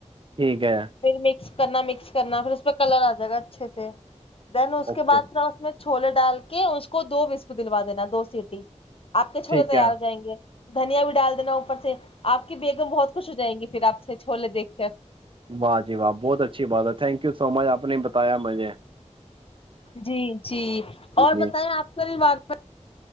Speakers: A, on the right; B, on the left.
A: ٹھیک ہے
B: پھر مکس کرنا مکس کرنا پھر اس پہ کلر آ جائے گا اچھے سے دین اس
A: اوکے
B: کے بعد کیا اس میں چھوولے ڈال کے اس کو دو بسب دلوا دینا دو سیٹی آپ کے چھولے
A: ٹھیک
B: تیار
A: ہے
B: ہو جائیں گے دھنیا بھی ڈال دینا اوپر سے آپ کی بیگم بہت خوش ہو جائیں گی پھر آپ سے چھوولے دیکھ کر
A: واہ جی واہ بہت اچھی بات ہے تھینک یو سو مچ آپ نے بتایا مجھے
B: جی جی
A: جی
B: اور
A: جی
B: بتائیں آپ کا رواد